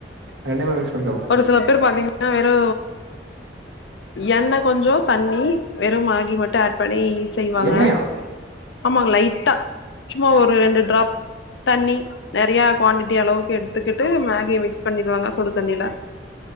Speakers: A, on the right; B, on the left.
A: ரெண்டுமே மிக்ஸ் கொஞ்சோ
B: ஒரு சில பேர் பாத்தீங்கன்னா வெறு எண்ணெய் கொஞ்சோ தண்ணி வெறு மேகி மட்டு ஆட் பண்ணி செய்வாங்க
A: எண்ணெயா
B: ஆமா லைட்டா சும்மா ஒரு ரெண்டு டிராப் தண்ணி நெறைய குவான்டிட்டி அளவுக்கு எடுத்துக்கிட்டு மேகிய மிக்ஸ் பண்ணிடுவாங்க சுடு தண்ணியில